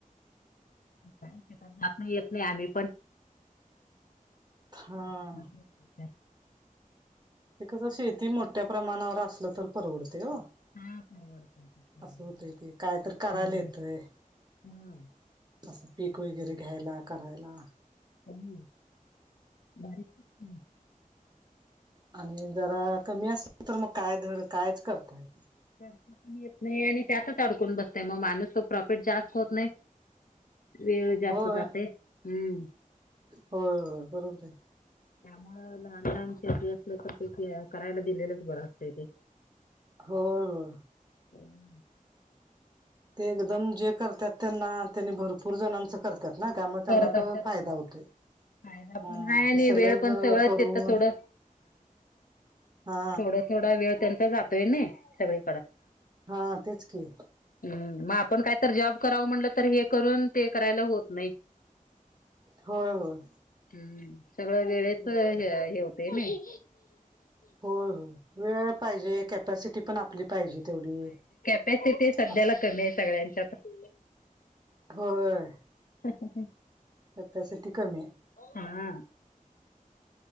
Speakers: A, on the left (about 75°); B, on the right (about 30°).
A: म काय शेतात जात नाय येत नाय आम्ही पण
B: हां
A: सासू सासरे बघत्यात.
B: ते कसं शेती मोठ्या प्रमाणावर असलं तर परवडतय ओ
A: हा परवडतंय ते केलेलं.
B: असं होतय ते, काय तर करायला
A: हम्म
B: येतय.
A: हां,
B: असं पीक वगैरे घ्यायला, करायला.
A: हम्म बारीक शेती
B: आणि जरा कमी असल तर मग काय धड कायच करता येत नाय.
A: करता पण येत नाय आणि त्यातच अडकून बसतय म माणूस तो प्रॉफिट जास्त होत नाय. वेळ जास्त
B: होय
A: जातय हम्म
B: होय होय बरोबरये.
A: त्यामुळ लहान लहान शेती असलं तर ते किरा करायला दिलेलंच बरं असतय ते
B: होय ओ
A: <unintelligible>
B: ते एकदम जे करत्यात त्यांना त्यांनी भरपूर जणांच करत्यात ना त्यामुळे त्यांना
A: करत
B: तो
A: असतात.
B: फायदा होतोय.
A: फायदा
B: हा
A: पण हाय आणि
B: ते सलग
A: वेळ पण सगळं
B: करून
A: तिथं थोडं
B: हा
A: थोडा थोडा वेळ त्यांचा जातोय नाय सगळे
B: हा तेच की,
A: हम्म म आपण काय तर जॉब करावं म्हटलं तर हे करून ते करायला होत नाही.
B: होय होय
A: हम्म सगळं वेळेच
B: तेच
A: हे
B: की
A: हा हे होत कय नय
B: होय हो वेळा पाहिजे कॅपॅसिटी पण आपली पाहिजे तेवढी
A: एक के के सध्याला
B: अस
A: करणे आहे सगळ्यांच्या आता
B: होय.
A: हम् ह ह.
B: कॅपॅसिटी कमी आय.
A: हाआ.